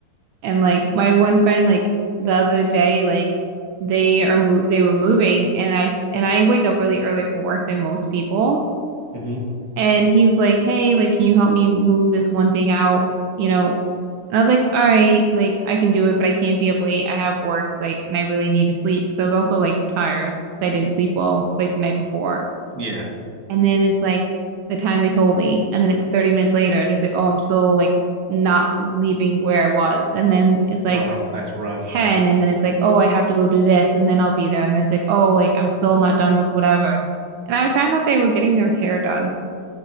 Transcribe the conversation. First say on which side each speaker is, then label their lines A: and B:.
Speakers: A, on the right (about 75°); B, on the right (about 40°).
A: And like my one friend, like the other day, like they are mo they were moving, and I s- and I wake up really early for work than most people.
B: mm-hmm.
A: And he's like, hey, like, can you help me move this one thing out? You know? And I was like, all right, like, I can do it, but I can't be up late. I have work, like, and I really need to sleep because I was also like tired because I didn't sleep well like the night before.
B: yeah
A: And then it's like the time they told me. And then it's 30 minutes later. And he's like, oh, I'm still like not leaving where I was. And then it's like
B: oh that's rough
A: 10. And then it's like, oh, I have to go do this. And then I'll be there. And then it's like, oh, like, I'm still not done with whatever. And I found out they were getting their hair done.